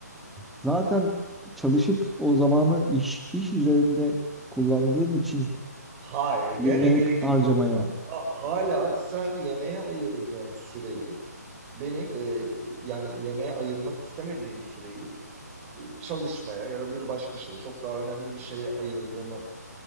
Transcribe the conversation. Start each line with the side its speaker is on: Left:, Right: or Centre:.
Centre: Zaten çalışıp o zamanı iş iş üzerinde kullandığın için
Right: hayır gene
Centre: yemek
Right: geri
Centre: harcamaya
Right: dönüyorum. Ha- hala sen yemeğe ayırdığım süreyi benim e, yani yemeğe ayırmak istemediğim süreyi e, çalışmaya ya da bir başka şeye çok daha önemli bir şeye ayırdığımı